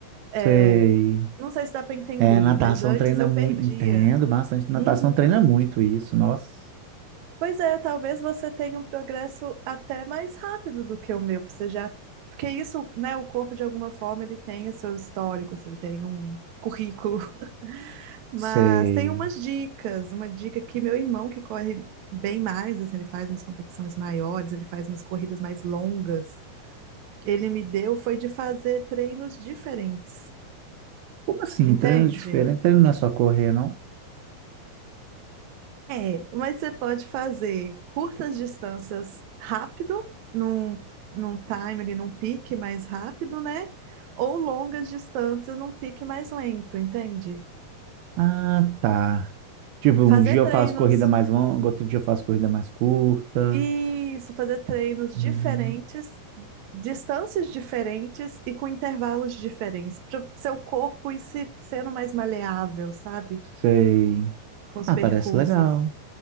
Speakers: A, on the right; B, on the right.
A: É,
B: Sei.
A: não sei se dá para entender,
B: É, natação
A: mas antes
B: treina
A: eu
B: muito,
A: perdia.
B: entendo bastante. Natação
A: Uhum.
B: treina muito isso, nossa.
A: Pois é, talvez você tenha um progresso até mais rápido do que o meu, porque você já. Porque isso, né, o corpo de alguma forma ele tem o seu histórico, assim, ele tem um currículo. <laughs> Mas
B: Sei.
A: tem umas dicas, uma dica que meu irmão que corre bem mais, assim, ele faz umas competições maiores, ele faz umas corridas mais longas. Ele me deu foi de fazer treinos diferentes,
B: Como assim?
A: entende?
B: Treinos diferentes? Treino não é só correr, não?
A: É, mas você pode fazer curtas distâncias rápido, num, num timer e num pique mais rápido, né? Ou longas distâncias num pique mais lento, entende?
B: Ah, tá. Tipo, um
A: Fazer
B: dia
A: treinos,
B: eu faço corrida mais longa, outro dia eu faço corrida mais curta.
A: isso, fazer treinos
B: Uhum.
A: diferentes, distâncias diferentes e com intervalos diferentes, para seu corpo ir se sendo mais maleável, sabe?
B: Sei.
A: Com os
B: Ah,
A: percursos.
B: parece legal.